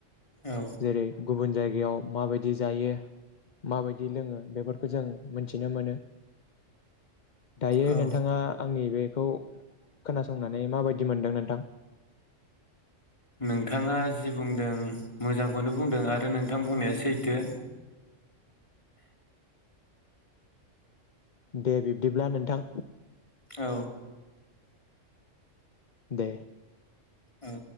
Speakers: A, on the left; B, on the left.
A: औ
B: जेरै गुबुन जायगायाव माबायदि जायो माबायदि लोङो बेफोरखौ जों मिथिनो मोनो दायो
A: औ
B: नोंथाङा आंनि बेखौ खोनासंनानै माबायदि मोनदों नोंथां
A: नोंथाङा जि बुंदों मोजांखौनो बुंदों आरो नोंथां बुंनाया सैथो
B: दे बिब्दिब्ला नोंथां
A: औ
B: दे
A: औ